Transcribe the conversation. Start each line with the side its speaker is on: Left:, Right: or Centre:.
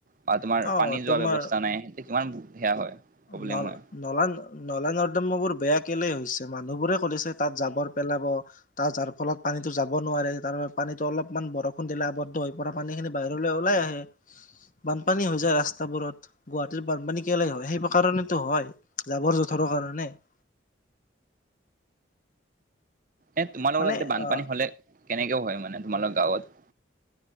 Right: বা তোমাৰ
Left: অ
Right: পানী যোৱা
Left: তোমাৰ
Right: ব্যৱস্থা নাই, সেইটো কিমান বেয়া হয়। <unintelligible>
Left: নল
Right: হয়।
Left: <inaudible> নলা <unintelligible> নলা-নৰ্দমাবোৰ বেয়া কেলেই হৈছে মানুহবোৰে কৰিছে তাত জাবৰ পেলাব <unintelligible> তাৰ যাৰ ফলত পানীতো যাব নোৱাৰে, তাৰ বাবে পানীতো অলপমান বৰষুণ দিলে আৱদ্ধ হৈ পৰা <inaudible> পানীখিনি বাহিৰলৈ ওলাই আহে। <inaudible> বানপানী হৈ যায় ৰাস্তাবোৰত। গুৱাহাটীত বানপানী কেলেই হয় সেই <unintelligible> কাৰণেটো হয়, জাবৰ-জোথৰৰ কাৰণে। <inaudible>
Right: এ তোমালোকৰ
Left: মানে
Right: তাতে বানপানী
Left: অ
Right: হ'লে কেনেকেও হয় মানে তোমালোকৰ গাঁৱত? <unintelligible>